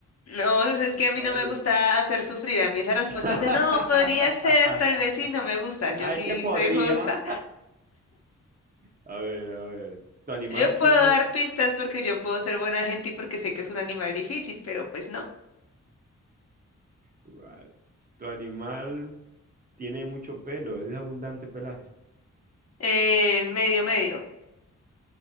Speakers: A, on the left (about 55°); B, on the right (about 30°).
A: No, es es que a mí
B: Eh,
A: no me gusta hacer sufrir. A mí esas respuestas
B: <laughs>
A: de no, podría ser, tal vez sí, no me gustan.
B: Ay,
A: Yo sí
B: que podría.
A: soy justa.
B: A ver, a ver. ¿Tu animal
A: Yo puedo
B: tiene...
A: dar
B: abu-
A: pistas porque yo puedo ser buena gente y porque sé que es un animal difícil, pero pues no.
B: Vale. ¿Tu animal tiene mucho pelo? ¿Es de abundante pelaje?
A: Eh, medio, medio.